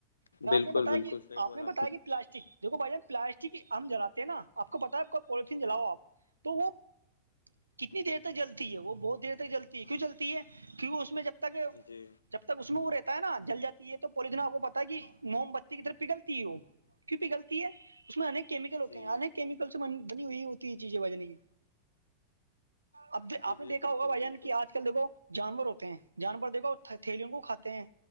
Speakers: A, on the right (about 80°); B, on the left (about 75°).
A: اور آپ
B: بالکل
A: نے بتایا
B: بالکل
A: کہ
B: صحیح
A: آپ
B: بولا
A: نے بتایا کہ پلاس دیکو بھائی ہم پلاسٹک ا جلاتے ہیں نا آپ کو پتا ہے کو پلیتھیین جلاؤ آپ تو وہ کتنی دیر تک جلتی ہے وہ بہت دیر تک جلتی ہے کیوں چلتی ہے کیوں اس میں جب تک
B: جی
A: جب تک اس میں وہ رہتا ہے نا جل جاتی ہے تو پولیس آپ کو پتا ہے کہ موم بتی کی طرف پگلتی ہے وہ کی پہ غطتی ہے اس میںیک کیمیکل ہوتے
B: جی
A: ہیں انیک کیمیکل سے بنی ہوئی ہوتی ہے چیزیں بجنے کی اب
B: جی
A: آپ
B: جی
A: نے دیکا
B: بالکل
A: ہوگا بھائی
B: بالکل
A: جان کی آج کل دیکو جانور ہوتے ہیں جانور دیکھو تھیلیوں کو کھاتے ہیں